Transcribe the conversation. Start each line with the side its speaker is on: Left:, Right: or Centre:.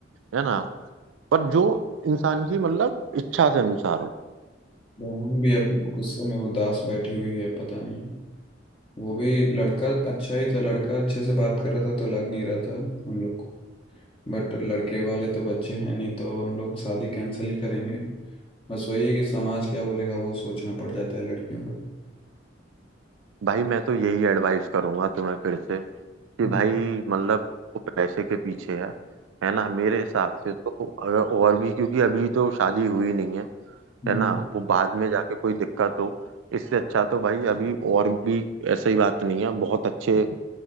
Right: है ना पर जो इंसान की मतलब इच्छा से अनुसार हो
Left: बहन भी अब गुस्से में उदास बैठी हुई है पता नहीं वो भी लड़का अच्छा ही था लड़का अच्छे से बात कर रहा था तो लग नहीं रहा था हम लोग को बट लड़के वाले तो बच्चे हैं नहीं तो हम लोग शादी कैंसिल ही करेंगे बस वही है कि समाज क्या बोलेगा वो सोचना पड़ जाता है लड़कियों को
Right: भाई मैं तो यही एडवाइस करूंगा तुम्हें फिर से कि
Left: हम्म
Right: भाई मतलब वो पैसे के पीछे है है ना मेरे हिसाब से तो अगर और भी क्योंकि अभी तो शादी हुई नहीं है
Left: हम्म
Right: है ना वो बाद में जाके कोई दिक्कत हो इससे अच्छा तो भाई अभी और भी ऐसी बात नहीं है बहुत अच्छे अ,